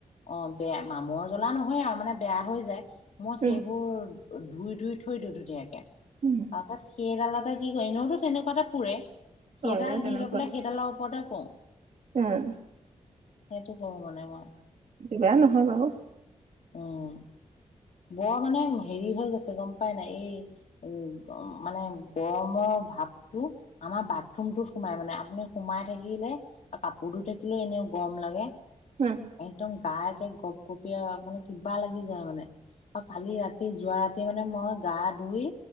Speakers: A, on the left; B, on the right.
A: অ', বেয়া মামৰ জ্বলা নহয় আৰু মানে বেয়া হৈ যায় মই
B: উম
A: সেইবোৰ ধুই ধুই থৈ দিওঁ ধুনীয়াকে,
B: উম
A: তাৰপাছত সেইডালটে কি কৰো এনেওতো তেনেকুৱাটে পুৰে সেইডাল
B: অ এনেও তেনেকুৱা
A: দি লৈ পেলাই সেইডালৰ ওপৰতে পুৰো।
B: উম।
A: সেইটো কৰো মানে মই।
B: বেয়া <unintelligible> নহয় বাৰু
A: উম বৰ মানে হেৰি হৈ গৈছে গম পাই নাই এই উ, মানে গৰমৰ ভাৱটো আমাৰ বাথৰুমটোত সোমাই মানে আপুনি সোমাই থাকিলে কাপোৰ ধুই থাকিলেও এনেও গৰম লাগে।
B: হুম।
A: একদম গা একে গপ গপিয়া মানে কিবা লাগি যায় মানে আৰু কালি ৰাতি তি যোৱা ৰাতি মানে মই গা ধুই